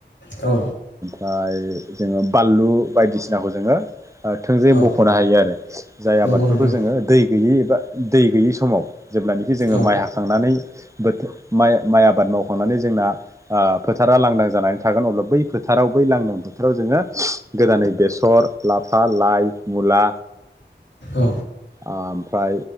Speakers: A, on the left; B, on the right.
A: औ
B: ओ ओमफ्राय जोंङो बानलु बायदिसिनाखौ जोंङो ओ थोंजोायै
A: औ
B: बख'नो हायो आरो जाय
A: नंगौ
B: आबादफोरखौ
A: नंगौ
B: जोंङो दै गैयै एबा दै गैयि समाव जेब्लानाखि जोंङो
A: औ
B: माइ हाखांनानै बोथोर माइ माइ आबाद मावखांनानै जों जों फोथारा लांनदां जानानै थागोन अब्ला बै फोथाराव लांदां फोथाराव जोंङो गोरान बेसर, लाफा, लाइ, मुला,
A: औ
B: आ ओमफ्राय